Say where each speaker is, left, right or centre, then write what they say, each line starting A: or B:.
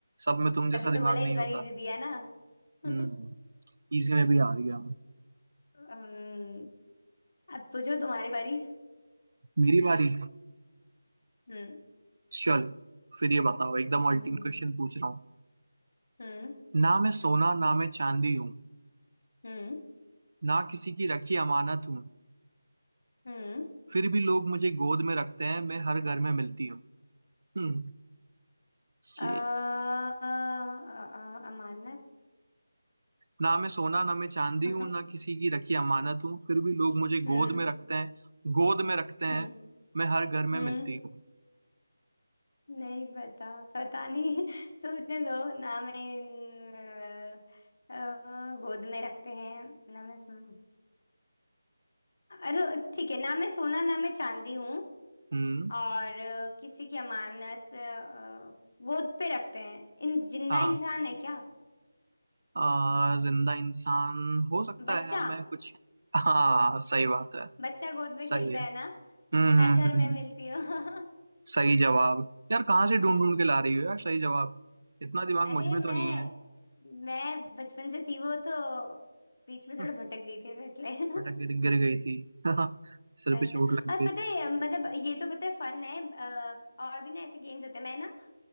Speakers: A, on the right; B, on the left.
A: सब में तुम जैसा
B: तभी तो
A: दिमाग
B: बोला
A: नहीं
B: इस बार
A: होता
B: इजी दिया ना <laughs>
A: हम्म इजी में भी आ गया मैं।
B: अम्म, अब पूछो तुम्हारी बारी
A: मेरी बारी
B: हम्म
A: चलो फिर ये बताओ एकदम
B: हम्म
A: अल्टीमेट क्वेश्चन पूछ रहा हूँ
B: हम्म
A: ना मैं सोना ना मैं चांदी हूँ
B: हम्म
A: ना किसी की रखी अमानत हूँ
B: हम्म
A: फिर भी लोग मुझे गोद में रखते हैं मैं हर घर में मिलती हूँ हम्म
B: अ, अ,
A: ये
B: अ, अ, अमानत
A: ना मैं सोना ना मैं चांदी
B: <laughs>
A: हूँ ना किसी की रखी अमानत हूँ फिर भी लोग मुझे
B: हम्म
A: गोद में रखते हैं गोद में रखते हैं
B: हम्म
A: मैं हर घर
B: हम्म
A: में मिलती हूँ
B: नहीं पता पता नहीं <laughs> सोचने दो ना मैं इन- अ, अ, गोद में रखते हैं ना मैं सो- अरे ठीक है ना मैं सोना ना मैं चांदी हूँ
A: हम्म
B: और अ, किसी की अमानत अ, अ, गोद पे रखते हैं इन जिंदा
A: हाँ
B: इंसान है क्या
A: आ, जिंदा इंसान हो सकता
B: बच्चा
A: है यार मैं कुछ हाँ सही बात है
B: बच्चा गोद में खेलता
A: सही है
B: है ना
A: हम्म हम्म
B: हर घर
A: हम्म
B: में
A: हम्म।
B: मिलती हूँ <laughs>
A: सही जवाब यार कहाँ से ढूंढ
B: हाँ
A: ढूंढ के ला रही हो यार सही जवाब इतना दिमाग
B: अरे
A: मुझ में
B: मैं
A: तो नहीं है
B: मैं बचपन से थी वो तो बीच में थोड़ा
A: हम्म,
B: भटक गई थी ना इसलिए <laughs>
A: पटक गई थी गिर गई थी <laughs> सिर
B: आया
A: पे चोट
B: था
A: लग
B: और
A: गई
B: पता
A: थी
B: है मतलब ये तो पता है फन है अ, और भी ना ऐसे गेम्स होते हैं मैं ना